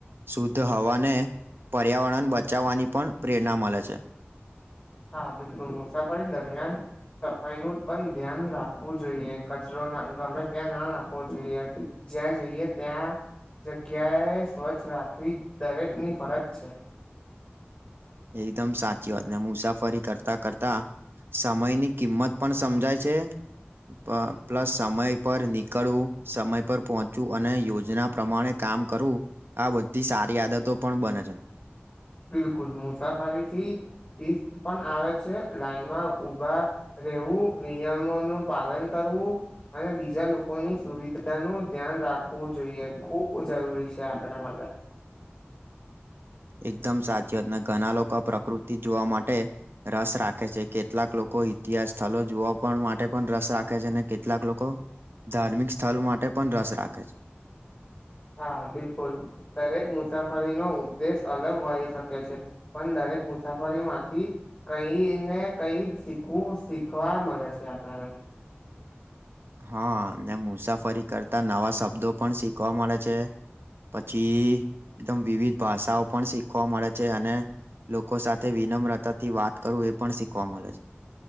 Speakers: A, on the right (about 60°); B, on the left (about 30°).
A: શુદ્ધ હવાને પર્યાવરણ બચાવવાની પણ પ્રેરણા મલે છે.
B: હા બિલકુલ મુસાફરી દરમિયાન સફાઈનું પણ ધ્યાન રાખવું જોઈએ કચરો ગમે ત્યાં ના રાખવો જોઈએ જ્યાં જઈએ ત્યાં જગ્યાએ સ્વચ્છ રાખવી દરેકની ફરજ છે.
A: એકદમ સાચી વાત ને મુસાફરી કરતા કરતા સમયની કિંમત પણ સમજાય છે. પ પ્લસ સમય પર નીકળવું સમય પર પહોંચવું અને યોજના પ્રમાણે કામ કરવું આ બધી સારી આદતો પણ બને છે.
B: બિલકુલ મુસાફરીથી <unintelligible> પણ આવે છે, લાઈનમાં ઉભા રહેવું નિયમો નું પાલન ક રવુ. અને બીજા લોકોની સુવિધાનું ધ્યાન રાખવું જોઈએ ખુબ જરૂરી છે, આપણા માટે
A: એકદમ સાચી વાત ઘણા લોકો પ્રકૃતિ જોવા માટે રસ રાખે છે, કેટલાક લો કો ઇતિહાસ સ્થલો જોવા પણ માટે પણ રસ રાખે છે, ને કેટલાક લોકો ધાર્મિક સ્થલ માટે પણ રસ રાખે છે.
B: હા બિલકુલ દરેક મુસાફરીનો ઉદ્દેશ અલગ હોઈ શકે છે, પણ દરેક મુસાફરી માંથી કઈ ને કઈ શીખવું શીખવા મલે છે, આપણાને
A: હા ને મુસાફરી કરતા નવા શબ્દો પણ શીખવા મળે છે. પછી એકદમ વિવિધ ભાષાઓ પણ શીખવા મળે છે, અને લોકો સાથે વિનમ્રતાથી વાત કરું એ પણ શીખવા મલે છે.